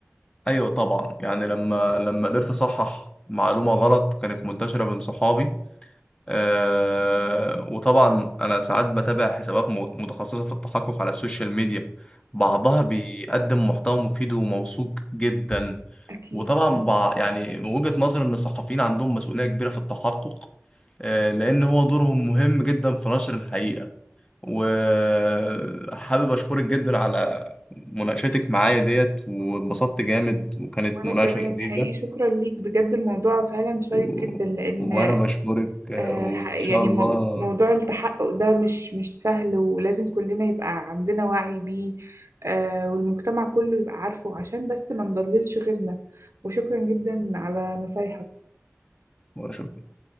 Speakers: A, on the left; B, on the right.
A: أيوة طبعا يعني لما لما قدرت أصحح معلومة غلط كانت منتشرة بين صحابي آه، وطبعا انا ساعات بتابع حسابات م- متخصصه في التحقق على السوشيال ميديا بعضها
B: اه
A: بيقدم محتوى مفيد وموثوق جدا
B: أكيد
A: وطبعا
B: فعلا
A: بع- يعني من وجهه نظر ان الصحفيين عندهم مسؤوليه كبيره في التحقق آه، لان هو دورهم مهم جدا في نشر الحقيقه وحابب اشكرك جدا على مناقشتك معايا ديت واتبسطت جامد وكانت
B: وأنا
A: مناقشه
B: كمان
A: لذيذه
B: حقيقي شكرا ليك بجد الموضوع فعلا شيق
A: و...
B: جدا لأن
A: وانا بشكرك آه،
B: آه،
A: وان
B: ح- يعني
A: شاء الله
B: مو- موضوع التحقق ده مش مش سهل ولازم كلنا يبقى عندنا وعي بيه آه، والمجتمع كله يبقى عارفه عشان بس ما نضللش غيرنا وشكرا جدا على نصايحك
A: وأشوف